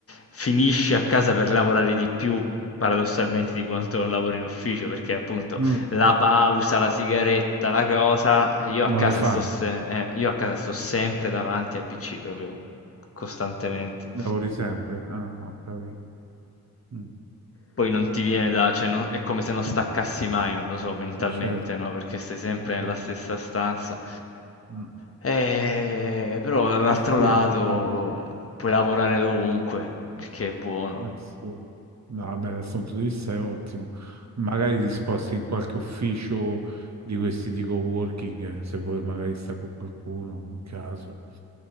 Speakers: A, on the left; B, on the right.
A: finisci a casa per lavorare di più, paradossalmente, di quanto non lavori in ufficio, perché appunto
B: Mm,
A: la pausa, la sigaretta, la cosa, e io a casa
B: non le fai.
A: sto, se- eh, io a casa sto sempre davanti al PC proprio costantemente.
B: Lavori sempre, ah, ho capito. Mm,
A: Poi non ti viene da, cioè non- è come se non staccassi mai, non lo so, mentalmente,
B: eh, certo,
A: no? Perché stai sempre
B: eh, certo.
A: nella stessa stanza.
B: Mm.
A: Eh, però dall'altro
B: Eh sì,
A: lato
B: infatti,
A: puoi lavorare dovunque, il che è buono.
B: eh sì. No, vabbè, dal punto di vista è ottimo. Magari ti sposti in qualche ufficio di questi di coworking, eh, se vuoi magari sta con qualcuno, in caso.